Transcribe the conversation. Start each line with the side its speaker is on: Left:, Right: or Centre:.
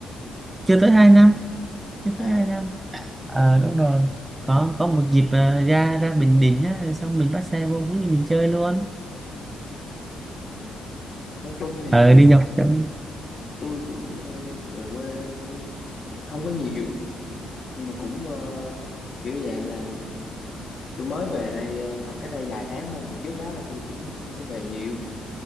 Right: chưa tới hai năm chưa
Left: à
Right: tới hai năm ờ đúng rồi có có một dịp ờ, ra ra Bình Định á xong mình bắt xe vô Phú Yên mình chơi luôn
Left: rồi nói chung thì
Right: ờ đi dọc trong
Left: tôi cũng ờ, về quê không không có nhiều nhưng mà cũng ờ, kiểu dạng là tôi mới về đây ờ, khoảng cách đây vài tháng thôi thì trước đó là tôi cũng không có về nhiều